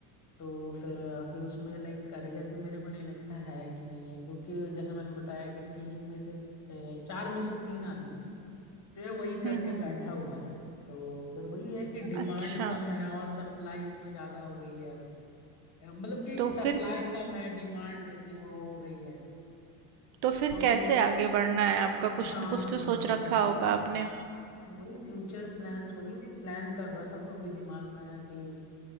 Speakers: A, on the left (about 40°); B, on the right (about 75°).
A: तो फिर अभी उसमें लाइक करियर भी मेरे को नहीं लगता है कि नहीं है क्योंकि जैसे मैंने बताया कि तीन में से अ, चार में से तीन आदमी जो है वही करके
B: हम्म हम्म
A: बैठा हुआ है तो फिर वही है कि डिमांड
B: अच्छा
A: कम है और सप्लाई इसमें ज्यादा हो गई है अब मतलब कि
B: तो
A: सप्लाई
B: फिर
A: कम है डिमांड थी वो वो हो गई है
B: तो फिर
A: तो
B: कैसे आगे बढ़ना है आपका कुछ
A: हाँ
B: न कुछ तो
A: हाँ
B: सोच रखा
A: वही
B: होगा आपने
A: वही फ्यूचर प्लान्स वही अभी प्लान कर रहा था तो अभी दिमाग में आया कि